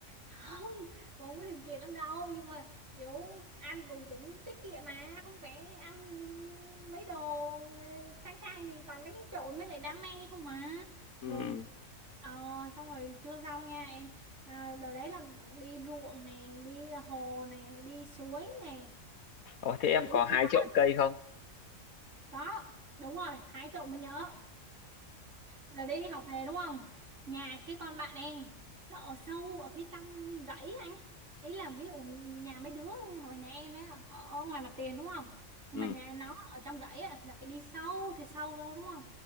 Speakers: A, on the right; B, on the left.
A: không tôi có điều kiện lắm đâu nhưng mà kiểu ăn cũng cũng tiết kiệm mà không phải ăn mấy đồ sang sang gì toàn mấy cái trộn với lại đam mê không mà
B: ừ
A: rồi ờ, xong rồi chưa xong nha em à, đợt đấy là đi ruộng nè đi hồ nè đi suối nè
B: ồ thế em
A: biển
B: có hai
A: không có
B: trộm cây không
A: có đúng rồi hái trộm mới nhớ Rồi đi học về đúng không? Nhà cái con bạn em nó ở sâu ở phía trong rẫy anh. Ý là ví dụ nhà mấy đứa này, hoặc là nhà em đấy ở ở ngoài mặt tiền đúng không? Nhưng
B: ừ
A: mà nhà nó ở trong rẫy á, là phải đi sâu thì sâu vô đúng không?